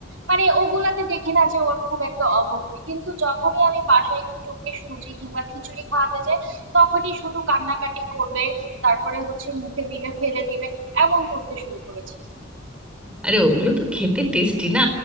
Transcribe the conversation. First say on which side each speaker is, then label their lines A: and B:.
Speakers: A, on the right; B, in the centre.
A: মানে ওগুলাতে দেখি না যে ওর খুব একটা অভক্তি কিন্তু যখনই আমি বাসায় একটু ওকে সুজি কিংবা খিচুড়ি খাওয়াতে যাই তখনই শুধু কান্নাকাটি করবে তারপরে হচ্ছে মুখে দিলে ফেলে দিবে এমন করতে শুরু করেছে
B: আরে ওগুলো তো খেতে টেস্টি না